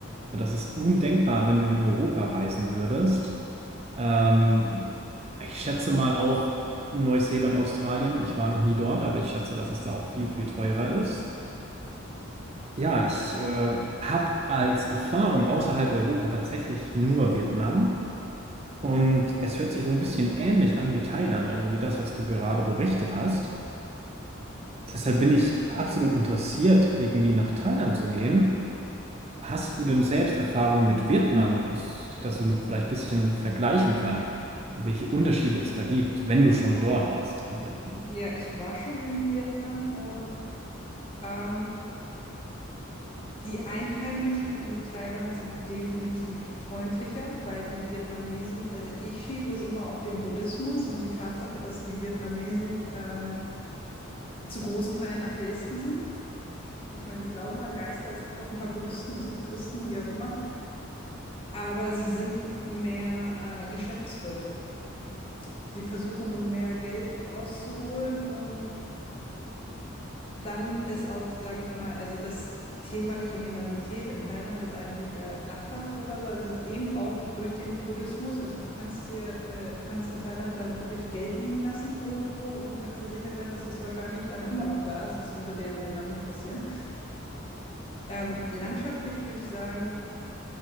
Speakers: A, on the right; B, on the left.
A: Ja, Das ist undenkbar, wenn du in Europa reisen würdest. Ähm, ich schätze mal auch Neuseeland, Australien. Ich war noch nie dort, aber ich schätze, dass es da auch viel, viel teurer ist. Ja, ich äh, habe als Erfahrung außerhalb Europa tatsächlich nur Vietnam. Und es hört sich so ein bisschen ähnlich an wie Thailand, also wie das, was du gerade berichtet hast. Deshalb bin ich absolut interessiert, irgendwie nach Thailand zu gehen. Hast du denn selbst Erfahrungen mit Vietnam, dass ich das so ein- vielleicht ein bisschen vergleichen kann, welche Unterschiede es da gibt, wenn du schon dort warst in Vietnam?
B: Ja, ich war schon in Vietnam und ähm, Die Einheimischen in Thailand sind definitiv freundlicher, weil die Vietnamesen, also ich schiebe es immer auf den Buddhismus und die Tatsache, dass die Vietnamesen ähm, zu großen Teilen Atheisten sind. Ich meine, sie glauben an Geister, es gibt auch ein paar Buddhisten, es gibt Christen, wie auch immer, aber sie sind mehr äh, Geschäftsleute. Sie versuchen mehr Geld rauszuholen und Dann ist auch, sage ich mal, also das Thema Kriminalität in Thailand ist eigentlich äh, lachhaft oder so. Also es ist eben auch durch den Buddhismus. Also du kannst hier, äh, du kannst in Thailand da wirklich Geld liegen lassen irgendwo und kannst dir sicher sein, dass es wahrscheinlich dann immer noch da ist. Das würde dir in Vietnam nicht passieren. Ähm, landschaftlich würde ich sagen,